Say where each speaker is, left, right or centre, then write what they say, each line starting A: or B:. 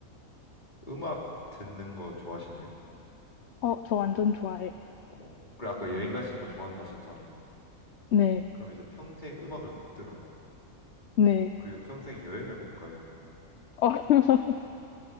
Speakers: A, on the left (about 30°); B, on the left (about 55°).
A: 음악 듣는 거 좋아하시나요?
B: 어, 저 완전 좋아해요.
A: 어, 그리고 아까 여행 가시는 거 좋아한다 하셨잖아요.
B: 네.
A: 그럼 이제 평생 음악을 못 들어요.
B: 네.
A: 그리고 평생 여행을 못 가요.
B: 어, <laughs>